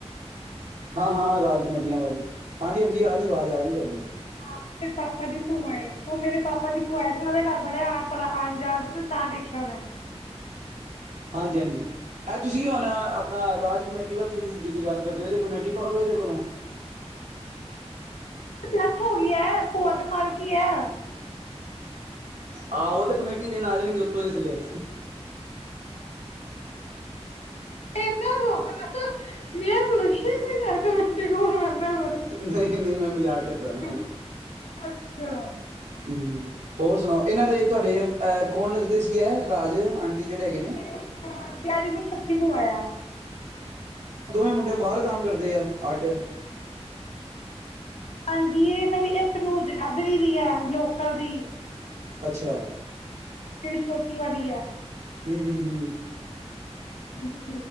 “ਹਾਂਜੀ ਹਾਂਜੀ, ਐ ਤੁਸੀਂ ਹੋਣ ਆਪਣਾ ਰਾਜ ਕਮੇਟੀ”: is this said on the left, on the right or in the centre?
Right